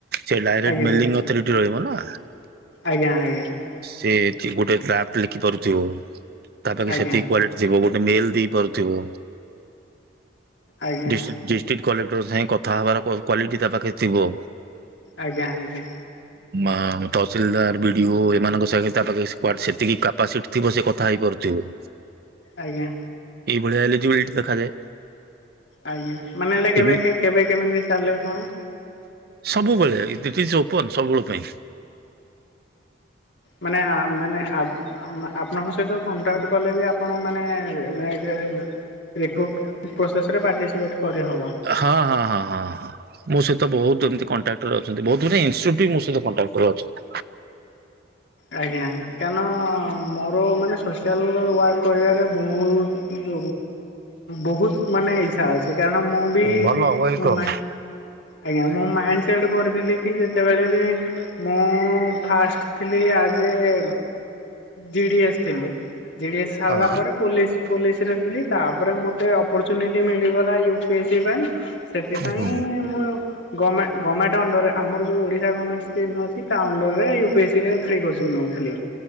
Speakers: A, on the right; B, on the left.
A: ସେ ଡାଇରେକ୍ଟ
B: ଆଜ୍ଞା
A: <unintelligible> ଅଥରିଟି ରହିବ ନା।
B: ଆଜ୍ଞା ଆଜ୍ଞା।
A: ସେ ଗୋଟେ ଡ୍ରାଫ୍ଟ ଲେଖି ପାରୁଥିବ ତା ପାଖେ
B: ଆଜ୍ଞା
A: ସେତିକି କ୍ଵାଲି ଯିବ ଗୋଟେ ମେଲ ଦେଇପାରୁଥିବ।
B: ଆଜ୍ଞା
A: ଡିଷ୍ଟ୍ରିକ୍ଟ କଲେକ୍ଟର ସାଙ୍ଗେ କଥା ହବାର କ୍ୱାଲିଟି ତା ପାଖରେ ଥିବ।
B: ଆଜ୍ଞା ଆଜ୍ଞା।
A: ଆ ତହସିଲଦାର ବିଡିଓ ସେମାନଙ୍କ ସାଙ୍ଗେ ତା ପାଖରେ ସେତିକି କାପାସିଟି ଥିବ ସେ କଥା ହେଇପାରୁଥିବ।
B: ଆଜ୍ଞା।
A: ଏଇଭଳିଆ ଏଲିଜିବିଲିଟ୍ ଦେଖାଯାଏ।
B: ଆଜ୍ଞା ମାନେ ହେଲେ
A: କେମି
B: କେବେ କେବେ କେମିତି ଚାଲେ କଣ?
A: ସବୁବେଳେ <unintelligible> ଓପନ୍ ସବୁବେଳ ପାଇଁ।
B: ମାନେ ଆ ମାନେ ଆ ଆପଣଙ୍କ ସହିତ କଣ୍ଟାକ୍ଟ କଲେ ବି ଆପଣ ମାନେ <unintelligible> ରିକ୍ରୁଟ୍ ପ୍ରୋସେସ୍ ରେ ପାର୍ଟିସିପେଟ୍ କରିହେବ।
A: ହଁ ହଁ ହଁ ହଁ ହଁ। ମୋ ସହିତ ବହୁତ ଏମିତି କଣ୍ଟାକ୍ଟରେ ଅଛନ୍ତି ବହୁତ ମାନେ <unintelligible> ମ ସହିତ କଣ୍ଟାକ୍ଟରେ ଅଛନ୍ତି।
B: ଆଜ୍ଞା କାରଣ ମୋର ମାନେ ସୋସିଆଲ ୱାର୍କ କରିବାରେ ବହୁତ ବହୁତ ମାନେ ଇଚ୍ଛା ଅଛି କାରଣ ମୁଁ ବି
A: ଭଲ ୱେଲକମ୍
B: ମୋ ଆଜ୍ଞା ମୁଁ ମାଇଣ୍ଡ ସେଟ୍ କରିଥିଲି କି ଯେତେବେଳେ ବି ମୁଁ ଫାଷ୍ଟ ଥିଲି ଆ ଜେ ଏ ଜିଡିଏସ୍ ଥିଲି ଜିଡିଏସ୍ ସାରିଲା
A: ହଁ
B: ପରେ ପୋଲିସ। ପୋଲିସରେ ଦେଲି ତାପରେ ମୋତେ ଅପର୍ଚୁନିଟି ମିଳିଗଲା ୟ ସେଥିପାଇଁ - ସେଥିପାଇଁ
A: ହୁଁ
B: ମୋର ଗମେଣ୍ଟ ଗମେଣ୍ଟ ଅଣ୍ଡରେ ଆମର ଯଉ ଓଡିଶା ଗମେଣ୍ଟ ସ୍କିମ୍ ଅଛି ତା ଅଣ୍ଡରରେ ୟୁପି ବିରେ ଫ୍ରି କୋର୍ସ ନଉ ଥିଲେ